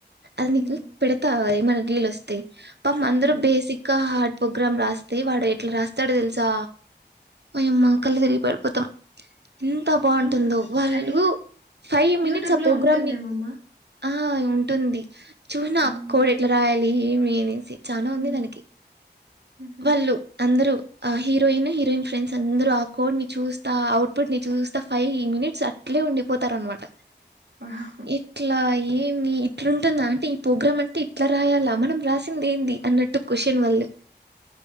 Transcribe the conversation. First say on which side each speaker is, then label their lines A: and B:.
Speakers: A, on the right; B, on the right.
A: అది
B: ఉమ్
A: నీకు పెడతావా మనకు లీళ్లు వస్తే పాపం అందరు
B: ఉమ్
A: బేసిక్గా హా ప్రోగ్రాం రాస్తే వాడు ఎట్ల రాస్తాడో తెలుసా ఒయమ్మ కళ్ళు తిరిగి పడిపోతాం ఎంత బాగుంటుందో
B: అమ్మా
A: వాళ్ళు
B: అది
A: ఫైవ్ మినిట్స్
B: యూట్యూబ్
A: ఆ
B: లో
A: ప్రోగ్రామ్ని
B: ఉంటుందేమమ్మా
A: ఆ ఉంటుంది చూన
B: ఉమ్
A: కోడ్ ఎట్ల రాయాలి ఏమి అనేసి చానా ఉంది
B: ఉమ్
A: దానికి
B: ఉహు
A: వాళ్ళు అందరూ ఆ హిరోయిన్ హీరోయిన్ ఫ్రెండ్స్ అందరూ ఆ కోడ్ ని చూస్తా అవుట్ పుట్ ని చూస్తా ఫైవ్ మినిట్స్ అట్లే ఉండిపోతారనమాట
B: వావ్
A: ఇట్లా ఈ ఇట్లుంటుందా అంటే ఈ ప్రోగ్రామ్ అంటే ఇట్ల రాయాల మనం రాసింది ఏంది అన్నట్టు క్వషన్ వాళ్ళు